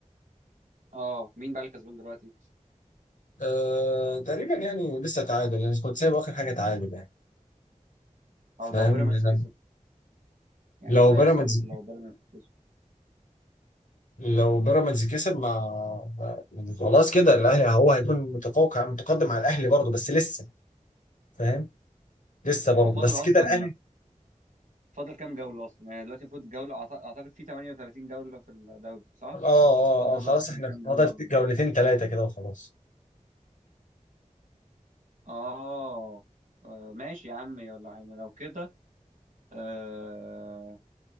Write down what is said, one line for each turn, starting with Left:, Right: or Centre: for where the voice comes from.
Right: اه مين بقى اللي كسبان دلوقتي؟
Left: آه، تقريبا يعني لسه تعادل يعني كنت سايب اخر حاجه تعادل يعني
Right: طب
Left: فاهم
Right: لو بيراميدز
Left: أنا
Right: كسب يعني
Left: لو
Right: ايه اللي
Left: بيراميدز
Right: هيحصل لو بيراميدز كسب؟
Left: لو بيراميدز كسب ما يعني خلاص كده الاهلي هو هيكون متفوق متقدم على الاهلي برضه بس لسه فاهم لسه برضه
Right: هو فاضل
Left: بس كده
Right: اصلا
Left: الاهلي
Right: فاضل كام جولة اصلا؟ يعني دلوقتي المفروض الجولة أعت- اعتقد في 38 جولة في الدوري صح؟
Left: اه اه
Right: وفاضل
Left: اه خلاص
Right: بقى اصلا
Left: احنا
Right: كام جولة
Left: فاضل
Right: على
Left: جولتين ثلاثه كده وخلاص
Right: اه آه، ماشي يا عم يلا يعني لو كده آه